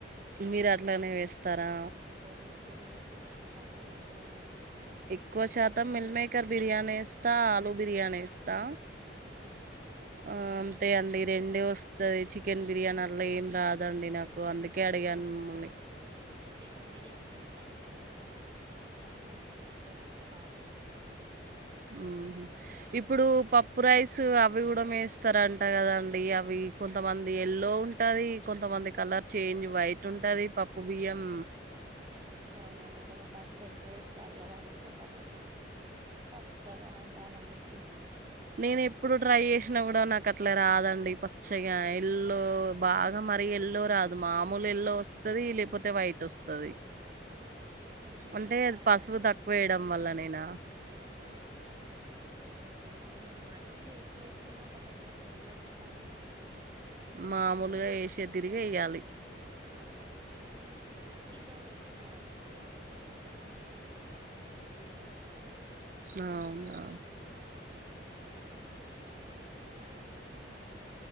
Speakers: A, on the right (about 50°); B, on the right (about 25°).
A: మీరు అట్లనే వేస్తారా
B: నేను పొడి ఎప్పుడూ చేసి పెట్టుకుంటా అండి అయిపోగానే
A: క్కువ శాతం మిల్ మేకర్ బిర్యానీ ఏస్తా ఆలూ బిర్యానీ ఏస్తా
B: ఊ
A: ఆ అంతే అండి రెండే వస్తది చికెన్ బిర్యానీ అల్లా ఏం రాదండి నా కు అందుకే అడిగాను మిమ్ముల్ని
B: చికెన్ బిర్యానీ చేస్తాను అండి నేను ఆలూ బిర్యానీ తక్కువ అండి ఎప్పుడన్నా మా బాబు ఏడుస్తేనే
A: ఊహూ ఇప్పుడు పప్పు రైస్ అవి కూడా మేస్తారన్ ట కదండి అవి కొంతమంది ఎల్లో టది కొంతమంది కలర్ చేంజ్ వైట్ ఉంటది పప్పు బియ్యం
B: అవునండి కొంచెం పసుపు ఎక్కువ వేస్తారు కదా అండి కొంతమంది పచ్చగా ఉండాలనేసి
A: నేను ఎప్పుడూ ట్రై చేసినా కూడా నాకు అట్లా రాదండి పచ్చగా ఐ ల్లో బాగా మరీ ఎల్లో రాదు మామూలు ఎల్లో వస్తది లేకపోతే వైట్ వస్తది
B: కొంచెం
A: అంటే అది పసువు
B: పసుపు
A: తక్కువ
B: ఎక్కువేసి
A: వేయడం వల్ల నేనా
B: అవునండి కొంచెం పసుపు ఎక్కువ వేసుకుంటే మరీ ఎక్కువ వేసుకున్నా ప కొంచెం స్మెల్ వచ్చినట్టు అనిపిస్ టండి పస్
A: మామూలుగా ఏసే తీరుగా వేయాలి
B: మామూలుగానే వేసుకోవాలండి మిర్చితో వేసుకోవాలండి అట్లయితే కొంచెం మంచిగా ఉంటుందండి
A: అవునా
B: పచ్చిమిర్చితో వేస్తే కారం ఏస్తే కొంచెం